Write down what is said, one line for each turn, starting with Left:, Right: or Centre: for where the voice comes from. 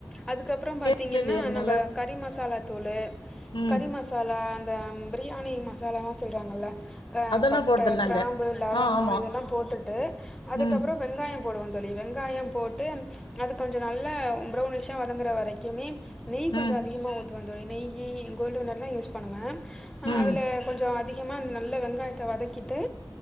Centre: அதுக்கப்றோ
Left: கேக்குதுங்களா
Centre: பார்த்தீங்கன்னா
Left: இல்லையா என்னால
Centre: நம்ம கறி மசாலா தூளு
Left: ம்
Centre: கறி ம மசாலா அந்த பிரியாணி மசாலல்லா சொல்றாங்கல்ல ப
Left: அதெல்லா
Centre: பட்ட
Left: போடுறதில்ல நாங்க
Centre: கிராம்பு லவங்கோ
Left: ஆ ஆமா
Centre: இதெல்லா போட்டுட்டு அதுக்கப்புறோ
Left: ம்
Centre: வெங்காய போடுவோ தோழி வெங்காயம் போட்டு அது கொஞ்ச நல்லா பிரௌனிஷா வதங்குற வரைக்குமே நெய்
Left: ம்
Centre: கொஞ்ச அதிகமாக ஊத்துவ தோழி நெய்யி கோல்டுவின்னர்லா யூஸ் பணணுவே
Left: ம்
Centre: அதுல கொஞ்சோ அதிகமா நல்ல வெங்காயத்த வதக்கிட்டு